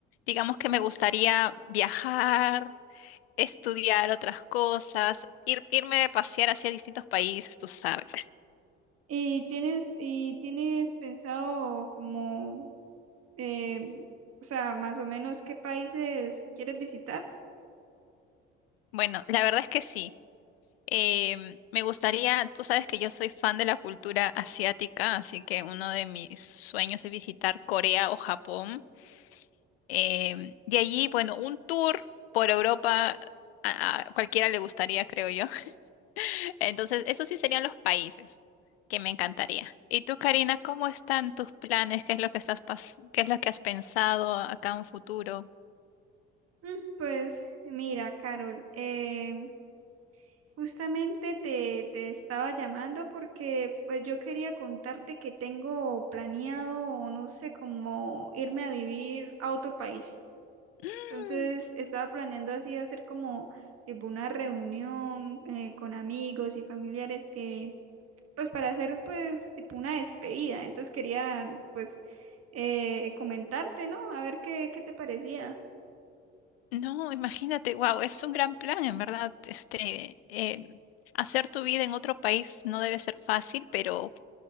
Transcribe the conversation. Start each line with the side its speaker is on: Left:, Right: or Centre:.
Left: digamos que me gustaría viajar, estudiar otras cosas, ir, irme a pasear hacia distintos países, tú sabes. <laughs>
Right: y tienes, y tienes pensado como, eh, o sea, más o menos qué países quieres visitar.
Left: Bueno, la verdad es que sí. Em, me gustaría, tú sabes que yo soy fan de la cultura asiática, así que uno de mis sueños es visitar Corea o Japón. Em, de allí, bueno, un tour por Europa a, a cualquiera le gustaría, creo yo. <laughs> Entonces, esos sí serían los países que me encantaría. ¿Y tú, Karina, cómo están tus planes? ¿Qué es lo que estás pas- qué es lo que has pensado acá en un futuro?
Right: Mm, Pues mira, Carol, em, justamente te, te estaba llamando porque pues yo quería contarte que tengo planeado, no sé, como irme a vivir a otro país.
Left: Mm,
Right: Entonces estaba planeando así hacer como tipo una reunión eh, con amigos y familiares que, pues para hacer pues tipo una despedida. Entonces quería pues eh, comentarte, ¿no? A ver qué, qué te parecía.
Left: No, imagínate, wow, es un gran plan, en verdad. Este, eh, hacer tu vida en otro país no debe ser fácil, pero